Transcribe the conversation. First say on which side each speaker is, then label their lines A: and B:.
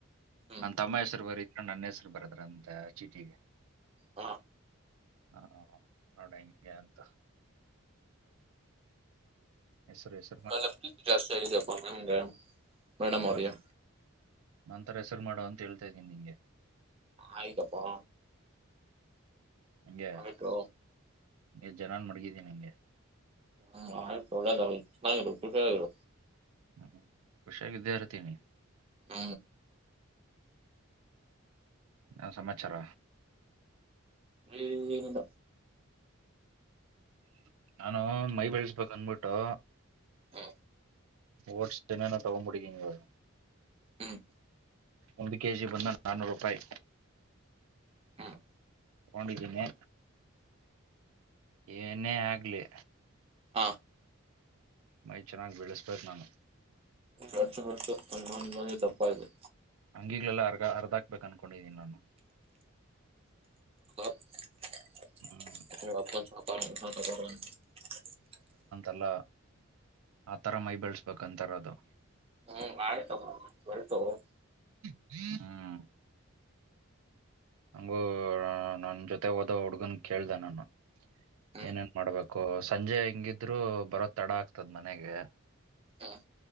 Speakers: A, on the right; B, on the right.
A: ಹ್ಮ್
B: ನನ್ ತಮ್ಮ ಹೆಸ್ರು ಬರೀ ನನ್ನ ಹೆಸರು ಬರದ್ರಂತೆ ಆ ಚೀಟಿಗೆ
A: ಹಾ
B: ಹಾ ನೋಡಂಗೆ ಅಂತ <inaudible>
A: ನನಗೆ ಪ್ರೀತಿ ಜಾಸ್ತಿ ಆಗಿದೆಪ್ಪ ನಮಗೆ ಮೇಡಮ
B: ಅಲ್ಲ
A: ಆರಿಯಾ
B: ನಂತರ ಹೆಸರು ಮಾಡುವ ಅಂತ ಹೇಳ್ತಾ ಇದ್ದೀನಿ ನಿಂಗೆ
A: ಆಯ್ತಪ್ಪ
B: ಹಂಗೆ
A: ಆಯ್ತೋ
B: ನೀ ಜನನ್ ಮಡಗಿನೀ ನಿಂಗೆ
A: ಹ್ಮ ಆ ಒಳ್ಳೆದು ಚೆನ್ನಾಗಿ ಖುಷಿಯಾಗಿರ
B: ಹ್ಮ್ ಖುಷಿಯಾಗಿ ಇದ್ದೆಇರ್ತೀನಿ
A: ಹ
B: ಏನ್ ಸಮಮಾಚಾರ
A: ಏನಿಲ್ಲ
B: <inaudible> ನಾನು ಮೈ ಬೆಳಸ್ಬೇಕಕ್ ಅಂದಕೊಂಡ ಟ್ಟೋ
A: ಹ್ಮ
B: ಓಟ್ಸ್ನನ ತಗೊಂಡ್ಬಿಟ್ಟಿದ್ದೀನಿ ಇವಾಗ
A: ಹ್ಮ್
B: ಒಂದು ಕೆಜಿ ಬನ್ ನಾನೂರು ರೂಪಾಯಿ
A: ಹ್ಮ್
B: ತಗೊಂಡಿದ್ದೀನಿ ಏನೇ ಆಗ್ಲಿ
A: ಹಾ
B: ಮೈ ಚೆನ್ನಾಗಿ ಬೆಳೆಸಬೇಕು ನಾನು
A: <inaudible> ತಪ್ಪಾಯ್ತು
B: ಅಂಗಿಗಳಲ್ಲ ಅರ್ಗ ಅರ್ಧಕ್ಬೇಕ್ ಅನ್ಕೊಂಡಿದೀನಿ ನಾನು
A: <inaudible>
B: ಹ್ಮ್
A: <inaudible>
B: ಅಲ್ಲ ಆ ತರ ಮೈ ಬೆಳಸ್ಬೇಕಂತಾರ ಅದು
A: ಹ್ಮ್ ಆಯ್ತಪ್ಪ <unintelligible>
B: ಹ್ಮ ಹಂಗು ನನ್ ಜೊತೆ ಹೋದ ಹುಡ್ಗನ್ ಕೇಳ್ದ ನಾನ
A: ಹ್ಮ್
B: ಏನೇನ್ ಮಾಡ್ಬೇಕು ಸಂಜೆ ಹೆಂಗಿದ್ರು ಬರೋ ತಡ ಆಗ್ತದ ಮನೆಗೆ
A: ಹ